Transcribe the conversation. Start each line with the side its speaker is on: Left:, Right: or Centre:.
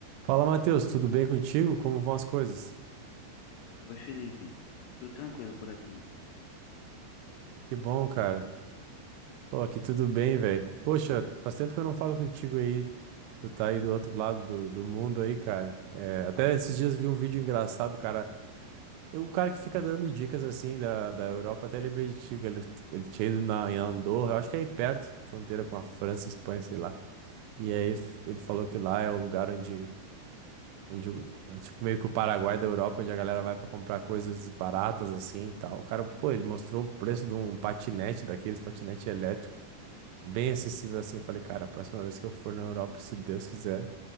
Right: Fala, Matheus, tudo bem contigo? Como vão as coisas?
Left: Oi, Felipe. Tudo tranquilo por aqui?
Right: Que bom, cara. Pô, aqui tudo bem, velho. Poxa, faz tempo que eu não falo contigo aí. Tu tá aí do outro lado do, do mundo aí, cara. É, até esses dias vi um vídeo engraçado, cara. Eu, o cara que fica dando dicas assim da, da Europa, até lembrei de ti, que ele, ele tinha ido na, em Andorra, eu acho que é aí perto, fronteira com a França, Espanha, sei lá. E aí ele falou que lá é o lugar onde Onde, o- é tipo, meio que o Paraguai da Europa, onde a galera vai pra comprar coisas baratas assim e tal. O cara, pô, ele mostrou o preço de um patinete, daqueles patinete elétrico, bem acessível assim. Eu Falei, cara, a próxima vez que eu for na Europa, se Deus quiser,